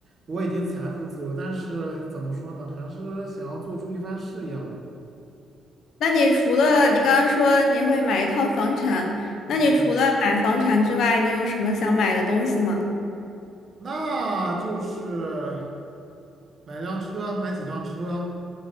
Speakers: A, on the right (about 45°); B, on the left (about 70°).
A: 我已经财富自由，但是怎么说呢，还是想要做出一番事业嘛。
B: 那你除了你刚刚说你会买一套房产，
A: 嗯。
B: 那你除了买房产之外，你有什么想买的东西吗？
A: 那就是买辆车，买几辆车，